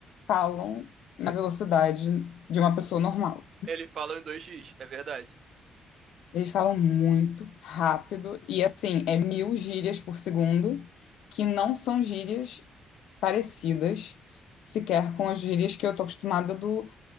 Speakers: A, on the left; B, on the right.
A: falam na velocidade de uma pessoa normal.
B: Ele fala em dois x é verdade.
A: Eles falam muito rápido e assim, é mil gírias por segundo, que não são gírias parecidas sequer com as gírias que eu tô acostumada do